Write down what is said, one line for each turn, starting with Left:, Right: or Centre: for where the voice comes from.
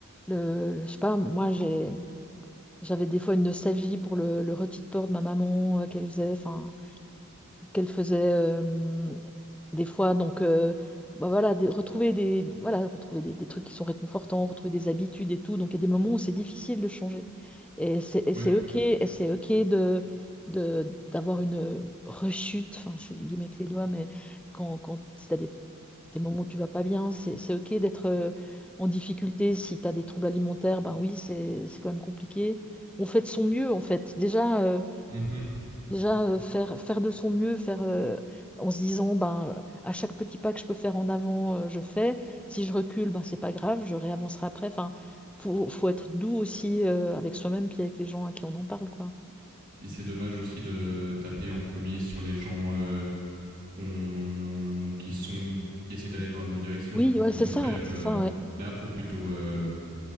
Centre: le, je sais pas, moi, j'ai, j'avais des fois une nostalgie pour le, le rôti de porc de ma maman euh, qu'elle faisait. Enfin, qu'elle faisait euh, des fois. Donc, euh, bah voilà, des- retrouver des, voilà, retrouver des, des trucs qui sont réconfortants, retrouver des habitudes et tout. Donc, il y a des moments où c'est difficile de changer. Et c'est et
Right: Ouais.
Centre: c'est OK, et c'est OK de, de, d'avoir une rechute, enfin, je fais des guillemets avec les doigts, mais quand, quand si tu as des, des moments où tu vas pas bien, c'est c'est OK d'être euh, en difficulté. Si tu as des troubles alimentaires, bah oui, c'est c'est quand même compliqué. On fait de son mieux, en fait. Déjà,
Right: Mhm.
Centre: Déjà, euh, faire, faire de son mieux, faire euh, en se disant, ben, euh, à chaque petit pas que je peux faire en avant, euh, je fais. Si je recule, ben, c'est pas grave, je réavancerai après. Enfin, faut, faut être doux aussi euh, avec soi-même puis avec les gens à qui on en parle, quoi.
Right: Puis c'est dommage aussi de taper en premier sur les gens euh, qu'on- qui sont qui essaient d'aller dans la bonne direction.
Centre: Oui, ouais,
Right: Au
Centre: c'est
Right: contraire,
Centre: ça, c'est
Right: euh,
Centre: ça,
Right: là, faut plutôt euh,